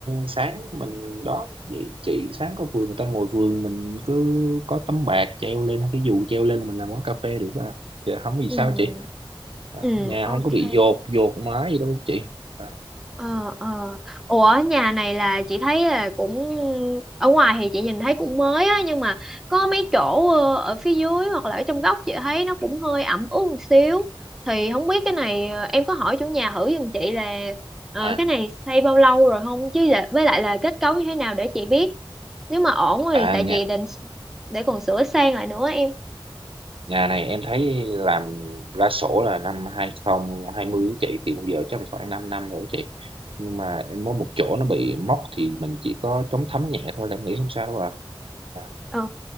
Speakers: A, on the right; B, in the centre.
A: sáng mình đó vậy chị sáng có vườn người ta ngồi vườn mình cứ có tấm bạt treo lên cái dù treo lên là mình làm quán cà phê được à. Thì không vì
B: ừ
A: sao chị?
B: ừ
A: nhà
B: ok
A: không có bị dột dột mái gì đâu chị à,
B: ờ ờ ủa nhà này là chị thấy là cũng ở ngoài thì chị nhìn thấy cũng mới á nhưng mà có mấy chỗ ờ, ở phía dưới hoặc là ở trong góc chị thấy nó cũng hơi ẩm ướt một xíu thì không biết cái này ờ, em có hỏi chủ nhà thử giùm chị là ờ,
A: à
B: cái này xây bao lâu rồi không chứ là, với lại là kết cấu như thế nào để chị biết nếu mà ổn
A: à,
B: thì tại
A: nhà
B: chị định để còn sửa sang lại nữa em
A: nhà này em thấy làm ra sổ là năm 2020 á chị thì bây giờ chắc là khoảng 5 năm rồi chị nhưng mà em có một chỗ nó bị móc thì mình chỉ có chống thấm nhẹ thôi là em nghĩ không sao đâu à, à.
B: Ờ,